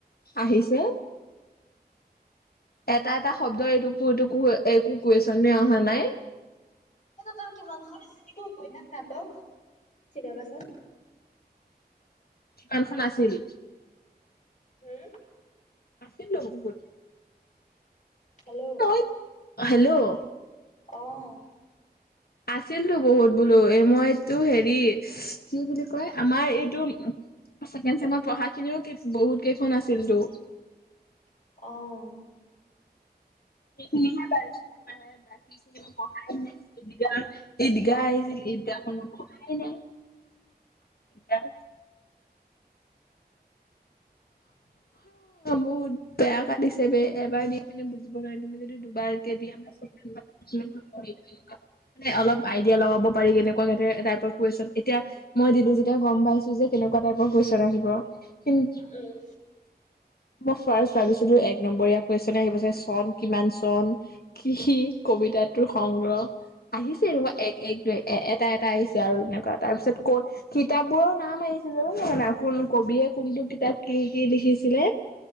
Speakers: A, on the left (about 65°); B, on the left (about 50°).
A: আহিছে। এটা এটা শব্দ এইটো এইটো একো কুৱেশচনে অহা নাই।
B: ত কিমান খন আছে নেকি উপনয়াস নাটক চিতাৰ পাছত।
A: কিমানখন আছিল।
B: হম
A: আছিলোঁ বহুত।
B: হেল্ল'
A: মই হেল্ল'
B: অহ
A: আছিলো বহুত বোলো এই মইটো হেৰি কি বুলি কয় আমাৰ এইটো ছেকেণ্ড চেমৰ পঢ়া খিনিও বহুত কেইখন আছিলতো।
B: অহ
A: সেইখিনিহে পাৰিছো তাৰ বাকীখিনি মই পঢ়াই এই দিঘা আহিছিল। বিয়াখনাই নাই <inaudible>
B: <inaudible>
A: <unintelligible> বহুত বেয়া কাটিছে ব এবাৰ দি পিনে বুজিব নোৱাৰি তুমি যদি দুবাৰকে দি আমাৰ চ এইটোৱে কাম মানে অলপ আইডিয়া লগাব পাৰি কেনেকুৱা কুৱেচণ এতিয়া মই দিলো যেতিয়া গম পাইছো যে এনেকুৱা টাইপৰ কুৱেচন আহিব কিন্তু
B: উম
A: মই ফাৰ্ষ্ট ভাবিছিলো এক নম্বৰীয়া কুৱেচন আহিব যে চন কিমান চন কি কি কবি তে টোৰ সংগ্ৰহ আহিছে এনেকুৱা এক এক দুই এ এটা এটা আহিছে আৰু এনেকুৱা তাৰ পিছত কৈ কিতাপ বোৰৰ নাম আহিছে জান নাই কোন কবিয়ে কোনটো কিতাপ কি কি লিখিছিলে।